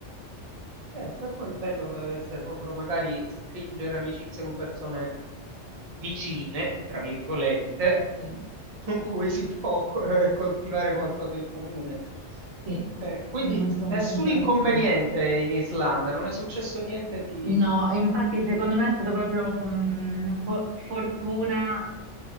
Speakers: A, on the right; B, on the right.
A: Certo, e poi il bello deve essere proprio magari stringere amicizie con persone vicine, tra virgolette,
B: Eh sì,
A: con cui si può eh, coltivare qualcosa in comune.
B: sì,
A: Eh, quindi
B: molto
A: s- nessun
B: molto interessante.
A: inconveniente in Islanda, non è successo niente di...
B: No, infatti secondo me è stata proprio una fo- fortuna